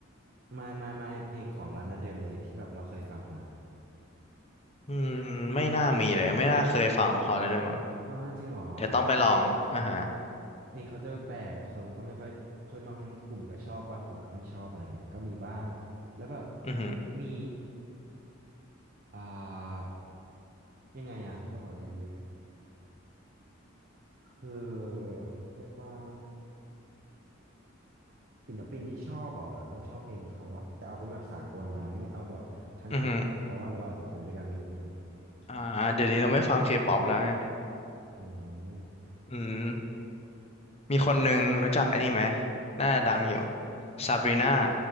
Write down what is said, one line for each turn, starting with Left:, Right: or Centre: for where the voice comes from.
Right: ไม่ไม่ไม่เพลงของลานาเดลเรย์ที่แบบเราเคยฟังมา
Left: อืมไม่น่ามีเลยไม่น่าเคยฟังของเขาเลยด้วยมั้ง
Right: อ๋อจริงเหรอ
Left: เดี๋ยวต้องไปลอง อ่าฮะ
Right: เพลงเขาจะแปลกๆคนก็ไม่ค่อยคนบางกลุ่มก็ชอบบางกลุ่มก็ไม่ชอบอะไรเงี้ยก็มีบ้างแล้วแบบ
Left: อือหือ
Right: มีอ่ายังไงอะเราบอกยังไงดีคือเรียกว่า ศิลปินที่ชอบอ่ะแล้วก็ชอบเพลงเขาอะแต่เอาเป็นแบบสากลนะไม่เอาแบบทั้งเคปเพราะว่าเราอาจจะคุยด้วยกันไม่รู้เรื่อง
Left: อือหืออ่าเดี๋ยวนี้เราไม่ฟังเคป๊อปแล้วไง
Right: อืม
Left: อืม มีคนหนึ่งรู้จักอันนี้ไหมหน้าดังอยู่ซาบรีนา